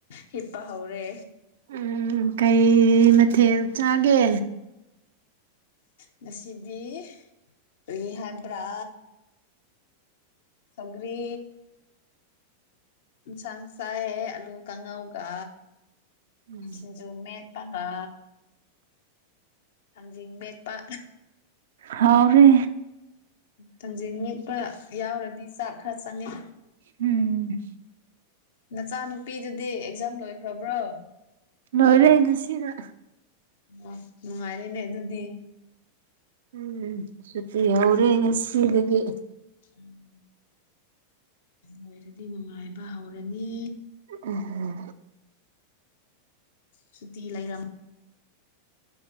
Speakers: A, on the left (about 55°); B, on the right (about 60°).
A: ꯍꯤꯞꯄ ꯍꯧꯔꯦ
B: ꯎꯝ ꯀꯩ ꯃꯊꯦꯜ ꯆꯥꯒꯦ
A: ꯉꯁꯤꯗꯤ ꯀ꯭ꯔꯤ ꯍꯥꯏꯕ꯭ꯔꯥ ꯁꯧꯒ꯭ꯔꯤ ꯏꯟꯁꯥꯡ ꯆꯥꯏꯌꯦ ꯑꯂꯨ ꯀꯥꯡꯉꯧꯒ
B: ꯎꯝ
A: ꯁꯤꯡꯖꯨ ꯃꯦꯠꯇꯒ ꯊꯥꯡꯖꯤꯡ ꯃꯦꯠꯄ
B: ꯍꯥꯎꯔꯦ
A: ꯊꯥꯡꯖꯤꯡ ꯃꯠ ꯈꯔ ꯌꯥꯎꯔꯗꯤ ꯆꯥꯛ ꯈꯔ ꯆꯪꯉꯦ
B: ꯎꯝ
A: ꯅꯆꯥꯅꯨꯄꯤꯗꯨꯗꯤ ꯑꯦꯛꯖꯥꯝ ꯂꯣꯏꯈ꯭ꯔꯕ꯭ꯔꯣ
B: ꯅꯣꯏꯂ ꯌꯦ ꯉ ꯁꯤꯔ
A: ꯑꯣ ꯅꯨꯡꯉꯥꯏꯔꯤꯅꯦ ꯑꯗꯨꯗꯤ
B: ꯎꯝ ꯁꯇꯤ ꯍꯧꯔꯦꯉ ꯁꯤꯗꯒꯤ
A: ꯎꯝ ꯂꯣꯏꯔꯗꯤ ꯅꯨꯡꯉꯥꯏꯕ ꯍꯧꯔꯅꯤ
B: ꯎꯝ
A: ꯁꯨꯇ ꯂꯩꯔ